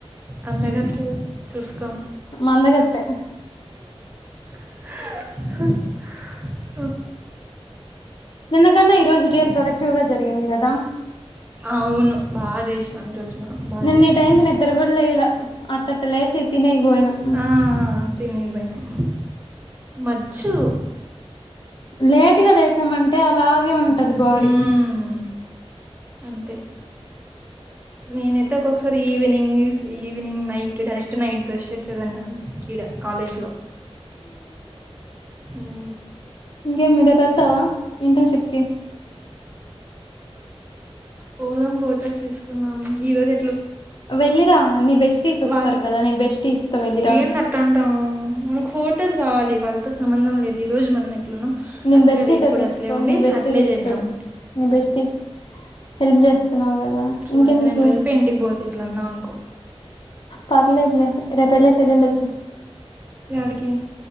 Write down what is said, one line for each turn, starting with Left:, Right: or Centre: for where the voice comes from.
Right: అందగత్తె చూసుకో
Left: మందగత్తె
Right: <inaudible>
Left: నిన్నకన్నా ఈరోజు డే ప్రొడక్టివ్ గా జరిగింది గదా
Right: అవును బాగా జేసినాం ఈరోజు మనం బాగా
Left: నిన్న
Right: జరిగింది
Left: ఈ టైంకి నిద్ర కూడా లేయలా అట్టట్ట లేసి తినేకి పోయినాం
Right: ఆ తిననికిపోయినం మచ్చు
Left: లేటుగా లేసామంటే అలాగే ఉంటది బాడీ
Right: మ్మ్. అంతే నేన యితే ఒక్కొక్కసారి evening evening night direct night brush చేసేదాన్ని ఈడ కాలేజ్లో ఉం
Left: ఇంగేం మీ అటు యెళ్తావా ఇంటర్న్ షిప్ కి
Right: పోదాం పోటోస్ తీసుకున్నాం ఈ రోజు
Left: వెళ్ళిరా నీ బెస్టీస్ వస్తారు
Right: వాళ్ళు
Left: కదా నీ బెస్టీస్ తో వెళ్ళిరా
Right: ఏంది అంటావ్ మనకు ఫోటోస్ కావాలి వాళ్ళతో సంబంధం లేదు ఈ రోజు మనం ఎట్లున్నాం
Left: నీ
Right: అట్లే
Left: బెస్టీస్
Right: రేపు
Left: తో
Right: కూడా
Left: తీసుకో
Right: అట్లే ఉండి
Left: నీబెస్టీ
Right: అట్లే
Left: తీస్తది
Right: చేద్దాం
Left: నీబెస్టీ హెల్ప్ చేస్త న్నావ్ కాదా
Right: చూడు
Left: ఇంకెందుకు
Right: ఇంక నేను రేపే ఇంటికి పోతా ఇట్లా అన్నా అనుకో
Left: పర్లేదులే రేపు యెల్లేసి ఎల్లుండి వచ్చెయ్
Right: యాడికి